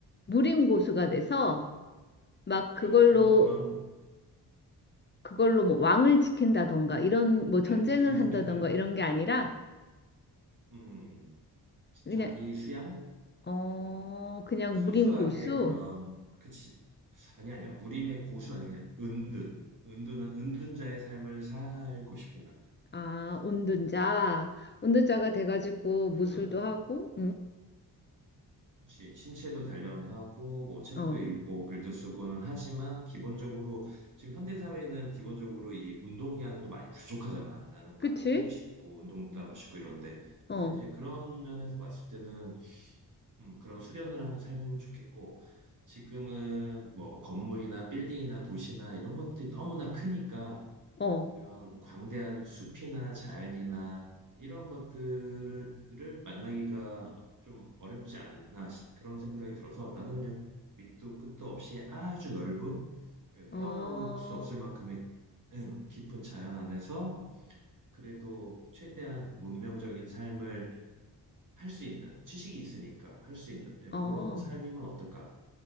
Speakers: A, on the left; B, on the right.
A: 무림 고수가 돼서 막
B: 아
A: 그걸로
B: 그, 그런,
A: 그걸로 뭐 왕을 지킨다던가 이런 뭐 전쟁을
B: 아니, <laughs>
A: 한다던가 이런 게 아니라
B: 음,
A: 그냥
B: 자기 수양?
A: 어
B: 음,
A: 그냥
B: 순수하게
A: 무림 고수
B: 그런, 그치. 아니, 아니야. 무림의 고수 아니, 그냥 은둔. 은둔한, 은둔자의 삶을 살고 싶어, 나는.
A: 아 운둔자 운둔자가
B: 음,
A: 돼가지고
B: 음.
A: 무술도
B: 그러면,
A: 하고
B: 그치. 신체도 단련하고, 뭐, 책도
A: 응어
B: 읽고, 글도 쓰고는 하지만, 기본적으로, 지금 현대사회는 기본적으로 이 운동량도 많이 부족하잖아. 나는
A: 그치
B: 막 뛰고 싶고, 운동도 하고 싶고 이런데. 그래서
A: 어
B: 이제 그런 면에서 봤을 때는, 음, 그런 수련을 하는 삶이면 좋겠고, 지금은 뭐 건물이나 빌딩이나 도시나 이런 것들이 너무나 크니까
A: 어,
B: 그런 광대한 숲이나 자연이나 이런 것들을 만나기가 좀 어렵지 않나 시- 그런 생각이 들어서 나는 그냥 밑도 끝도 없이 아주 넓은 그
A: 어,
B: 헤어나올 수 없을 만큼의 음, 깊은 자연 안에서 그래도 최대한 문명적인 삶을 할 수 있는 지식이 있으니까 할 수 있는 예,
A: 어.
B: 그런 삶이면 어떨까?